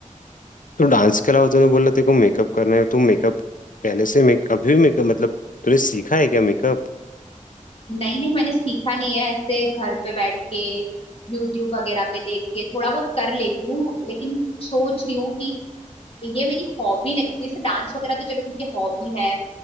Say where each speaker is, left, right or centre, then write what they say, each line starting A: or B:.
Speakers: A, on the left; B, on the left.
A: तो डांस के अलावा तूने बोला तेरे को मेकअप करना है तुम मेकअप पहले से मेक अभी भी मेकअप मतलब तूने सीखा है क्या मेकअप
B: नहीं नहीं मैंने सीखा नहीं है ऐसे घर पे बैठ के यूट्यूब वगैरह पे देख के थोड़ा बहुत कर लेती हूँ लेकिन सोच रही हूँ कि ये मेरी हॉबी नहीं जैसे डांस वगैरह तो चलो ठीक है हॉबी है